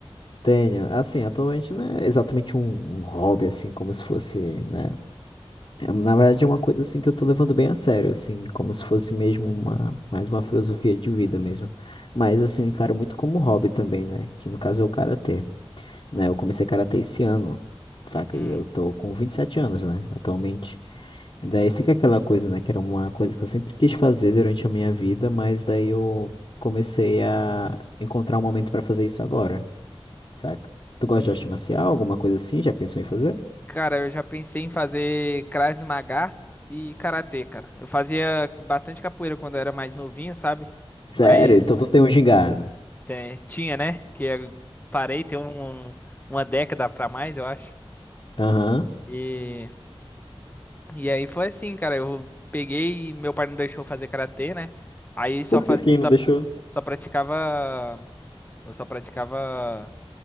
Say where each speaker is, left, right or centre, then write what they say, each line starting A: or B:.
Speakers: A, on the left; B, on the left.
A: Tenho. Assim, atualmente não é exatamente um, um hobby, assim, como se fosse, né? É, Na verdade, é uma coisa, assim, que eu tô levando bem a sério, assim, como se fosse mesmo uma, mais uma filosofia de vida mesmo. Mas, assim, eu encaro muito como hobby também, né? Que no caso é o karatê. né? Eu comecei karatê esse ano, saca?
B: Hum,
A: E eu tô com 27 anos, né? Atualmente. E daí fica aquela coisa, né? Que era uma coisa que eu sempre quis fazer durante a minha vida, mas daí eu comecei a encontrar um momento pra fazer isso agora, saca? Tu gosta
B: uhum.
A: de arte marcial, alguma coisa assim? Já pensou em fazer?
B: Cara, eu já pensei em fazer Krav Maga e karatê, cara. Eu fazia bastante capoeira quando eu era mais novinho, sabe?
A: Sério?
B: Mas
A: Então tu tem um gingado.
B: tem- tinha, né? Que eu parei tem um- uma década pra mais, eu acho.
A: Aham.
B: E, e aí foi assim, cara. Eu peguei, meu pai não deixou eu fazer karatê, né? Aí só
A: Por
B: faz,
A: que quem
B: só,
A: não deixou?
B: só praticava, eu só praticava,